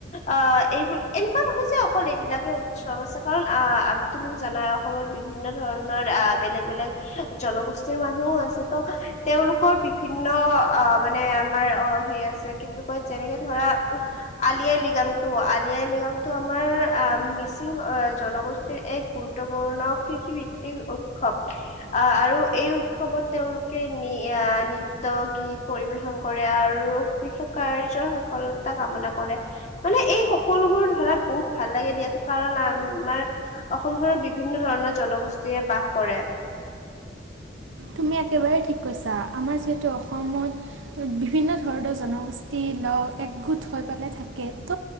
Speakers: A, on the left; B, on the right.
A: অ' এইবোৰ এনেকুৱা নহয় যে, অকল এইবিলাকে চব আছে কাৰণ, আহ, তুমিতো জানা অসমত বিভিন্ন ধৰণৰ আহ, বেলেগ-বেলেগ জনগোষ্ঠ ষ্ঠ মানুহও আছে। ত' তেওলোকৰ বিভিন্ন অ, মানে, আমাৰ অ, সেই আছে কি কয় যেনেকে ধৰা, আলি আইৰ লৃগাংটো, আলি আইৰ লৃগাংটো আমাৰ আ সিং জনগোষ্ঠীৰ এক গুৰুত্বপূৰ্ণ কৃষিভিত্তিক উৎসৱ আহ আৰু এই উৎসৱত তেওলোকে আহ' নৃত্য গীত পৰিবেশন কৰে আৰু কৃষক কাৰ্যৰ সফলতা কামনা কৰে। মানে এই সকলোবোৰ ধৰা বহুত ভাল লাগে দিয়া চ কাৰণ আমাৰ অসমখনত বিভিন্ন ধৰণৰ জনগোষ্ঠীয়ে বাস কৰে। <inaudible>
B: তুমি একেবাৰেেই ঠিক কৈছা। আমাৰ যিহেতু অসমত বিভিন্ন ধৰণৰ জনগোষ্ঠী ল একগোট হৈ পেলাই থাকে। ত